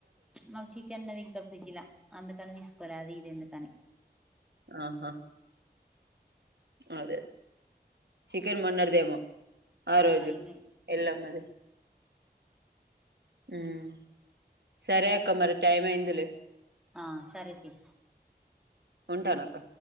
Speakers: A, in the centre; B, on the right.
A: మాకు చికెన్ ఉన్నది ఇంకా ఫ్రిడ్జ్ లా అందుకని తీసుకోలే అది ఇది ఎందుకని
B: ఆహా అదే చికెన్ మొన్నటిదేమో ఆరోజు
A: ఆ ఇంగే
B: ఎల్లమ్మ ది మ్ సరే క్క మరి టైం అయిందిలే
A: ఆ సరే తీ
B: ఉంటానక్క